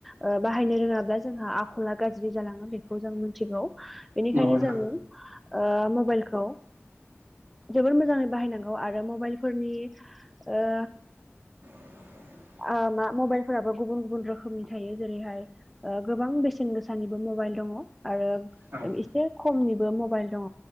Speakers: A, in the centre; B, on the right.
A: ओ बाहायनो नो रोङाब्ला जोंहा आखला गाज्रि जालाङो बेखौ जों मोनथिगौ बेनिखायनो
B: नंगौ नोंथां
A: जों ओ मबाइलखौ जोबोर मोजाङै बाहायनांगौ आरो मबाइलफोरनि ओ
B: <inaudible>
A: ओ मा मबाइलफोराबो गुबुन गुबुन रोखोमनि थायो जेरैहाय ओ गोबां बेसेन गोसानिबो मबाइल दङ आरो
B: औ
A: एसे खमनि मबाइल दङ